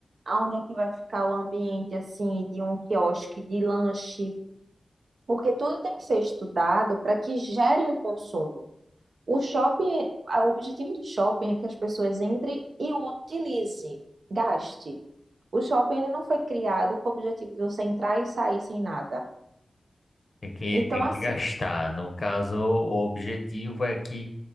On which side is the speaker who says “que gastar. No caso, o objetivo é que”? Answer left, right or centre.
Left